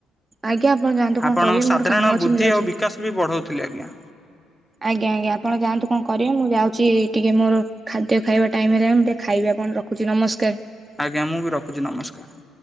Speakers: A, on the right (about 15°); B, in the centre.
A: ଆଜ୍ଞା ଆପଣ ଯାଆନ୍ତୁ କଣ
B: ଆପଣଙ୍କ
A: କରିବେ
B: ସାଧାରଣ
A: ମୋର କାମ ଅଛି
B: ବୁଦ୍ଧି
A: ମୁଁ ଯାଉଛି।
B: ଆଉ ବିକାଶ ବି ବଢଉଥିଲ ଆଜ୍ଞା।
A: ଆଜ୍ଞା ଆଜ୍ଞା ଆପଣ ଯାନ୍ତୁ କଣ କରିବେ ମୁଁ ଯାଉଛି ଟିକେ ମୋର ଖାଦ୍ୟ ଖାଇବା ଟାଇମ୍ ହେଲା ମୁଁ ଟିକେ ଖାଇବ ଆପଣ ରଖ ରଖୁଛି ନମସ୍କାର।
B: ଆଜ୍ଞା ମୁଁ ବି ରଖୁଛି ନମସ୍କାର।